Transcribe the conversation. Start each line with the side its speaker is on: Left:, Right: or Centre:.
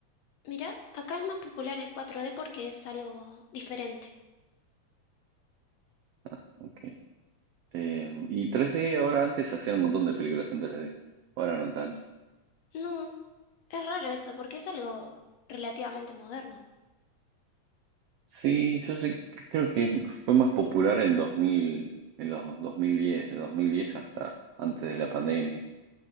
Left: Mira, acá es más popular el cuatro d porque es algo diferente.
Right: Ah, ok. Eh, y 3D, ahora antes se hacían un montón de películas en 3D, ahora no tanto.
Left: No, es raro eso porque es algo relativamente moderno.
Right: Sí, yo sé, creo que fue más popular en 2000, en los 2010, de 2010 hasta antes de la pandemia.